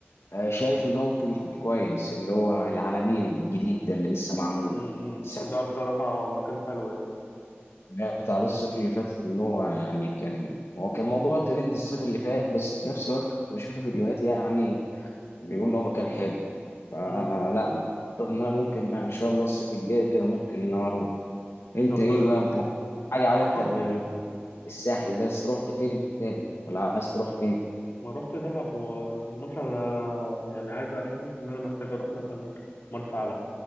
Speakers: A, on the left; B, on the left.
A: آه، شايف إنه ممكن يكون كويس اللي هو العلمين الجديدة اللي لسه معمولة
B: مم. مم.
A: السنة
B: لا بصراحة مكان حلو يعني
A: اللي فاتت على الصيف اللي فات إن هو يعني كان هو كان موضوع ترند الصيف اللي فات بس في نفس الوقت كنت بشوف له فيديوهات يعني بيقول إن هو مكان حلو فلا
B: مم.
A: أعتقد إن أنا ممكن يعني إن شاء الله الصيف الجاي كده ممكن إن أنا أروح. انت
B: طب
A: ايه بقى انت ما- حاجه عجبتك
B: أنا بفكر
A: غير الساحل بس رحت فين تاني ولا عايز تروح فين
B: ما رحت دهب و... ومثلا انا يعني عايز حاسس ان انا محتاج اروح مثلا مرسى علم